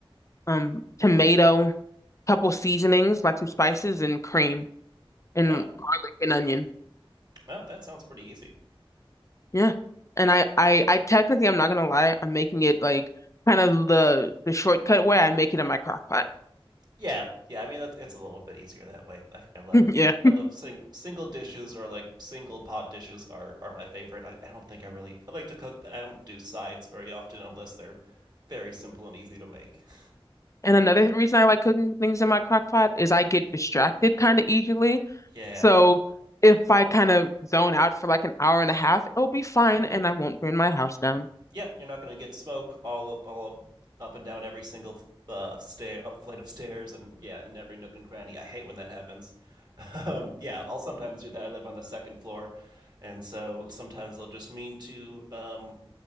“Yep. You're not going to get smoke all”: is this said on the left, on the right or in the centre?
Right